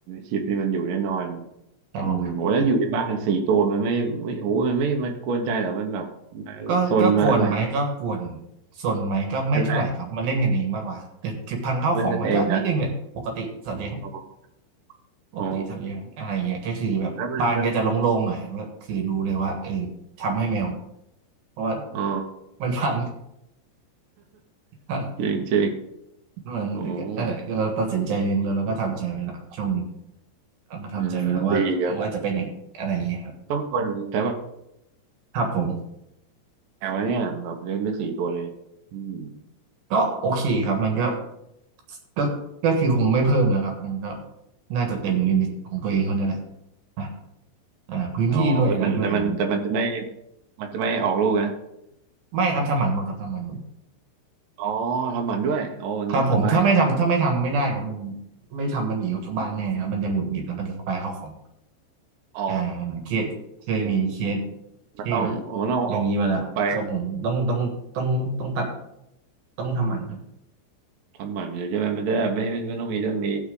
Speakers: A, on the right (about 80°); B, on the right (about 60°).
A: ชิปนี่มันอยู่แน่นอน
B: ครับผม
A: อืมโหแล้วอยู่ในบ้านสี่ตัวมันไม่ไม่โอ้มันไม่มากวนใจเหรอมันแบบมาซนมาอะไร
B: ก็ก็กวนไหมก็กวนส่วนไหมก็ไม่เท่าไหร่ครับมันเล่นกันเองมากกว่าแต่คือพังข้าวของไหมก็นิดนึงแหละปกติสัตว์เลี้ยง
A: ใช่ไหมเล่นกันเองนะอ๋อ
B: ปกติสัตว์เลี้ยงอะไรอย่างเงี้ยก็คือแบบบ้านก็จะโล่งๆหน่อยว่าคือรู้เลยว่าเออทำให้แมว
A: อ๋อแล้วมันม
B: เพราะว่า
A: อ๋อ
B: มันพัง <laughs>
A: จริงจริง
B: มันกเออเราตัดสินใจเองเลยแล้วก็ทำใจไว้แล้วช่วงนี้
A: อ๋อ
B: เอาก็ทำใจไว้แล้วว่าว่าจะเป็นอย่างอะไรอย่างเงี้ยครับ
A: อืมดีครับต้องคนแต่ว่า
B: ครับผม
A: แมวเนี่ยแบบเลี้ยงได้สี่ตัวเลยเนี่ยอืม
B: ก็โอเคครับมันก็ก็ก็คือคงไม่เพิ่มนะครับมันก็น่าจะเต็มลิมิตของตัวเองเท่านั้นแหละนะอ่าพื้นที่ด้วยอะไรด้วยอะไรอย่างเงี้ย
A: อ๋อแต่มันแต่มันแต่มันจะไม่มันจะไม่ออกลูกนะ
B: ไม่ครับทำหมันหมดครับทำหมันหมด
A: อ๋อทำหมันด้วยโอ้อย่างนี้ก็สบาย
B: ครับผมถ้าไม่ทำถ้าไม่ทำไม่ได้ครับมันไม่ทำมันหนีออกจากบ้านแน่ครับมันจะหงุดหงิดแล้วมันจะทำลายข้าวของ
A: อ๋อ
B: อ่าเคสเคยมีเคส
A: โอเคมันต้องมันต้องเอา
B: ที่แบบอย่างนี้มาแล้วครับผมต้องต้องต้องต้องตัด
A: ไป
B: ต้องทำหมันครับ
A: ทำหมันเลยใช่ไหมมันจะได้ไม่ไม่ไม่ต้องมีเรื่องนี้